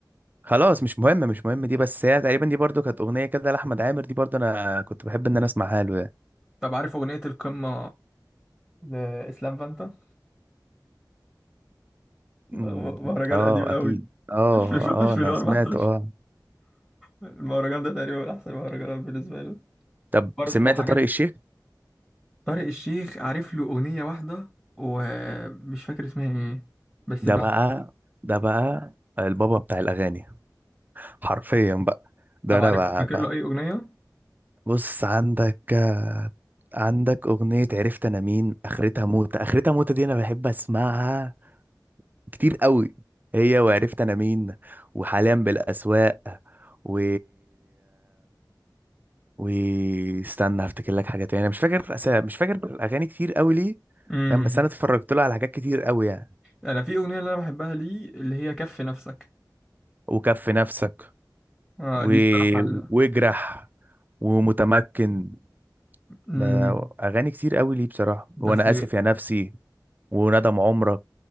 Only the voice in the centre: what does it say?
طب عارف أغنية القمة لإسلام فانتا
م- مهرجان
قديم قوي
<laughs>
2014
المهرجان ده تقريبا من أحسن المهرجانات بالنسبة لي
برضه
وحاجات
طارق الشيخ عارف له أغنية واحدة ومش فاكر اسمها إيه بس
بقى
طب
عارف
فاكر
له أي أغنية؟
مم.
انا في اغنيه اللي انا بحبها ليه اللي هي كف نفسك
آه
دي الصراحه اللي...
مم.
بس